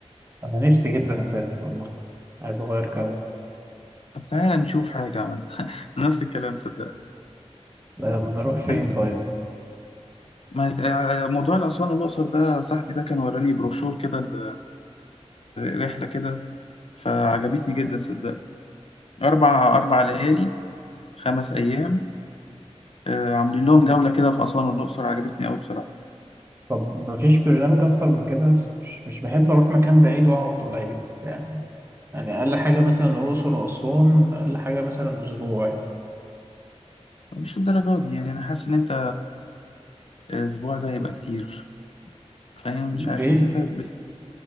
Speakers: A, on the right; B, on the left.
A: انا نفسي جدا اسافر والله عايز اغير جو
B: طب تعالى نشوف حاجة عمل. نفس الكلام صدق
A: آه، نروح فين
B: عايز
A: طيب
B: ما آه، موضوع الأسوان والأقصر ده صاحبي ده كان وراني بروشور كده ل- لرحلة كده فعجبتني جدا صدقني أربع أربع ليالي خمس أيام آه، عاملين لهم جولة كده في أسوان والأقصر عجبتني أوي بصراحة
A: طب مفيش برنامج اكتر من كده بس مش مش بحب اروح مكان بعيد واقعد قليل يعني يعني اقل حاجه مثلا الاقصر واسوان اقل حاجه مثلا اسبوع
B: مش الدرجات دي يعني أنا حاسس إن أنت الأسبوع ده هيبقى كتير فاهم مش عارف
A: ليه
B: أصل أنت بت-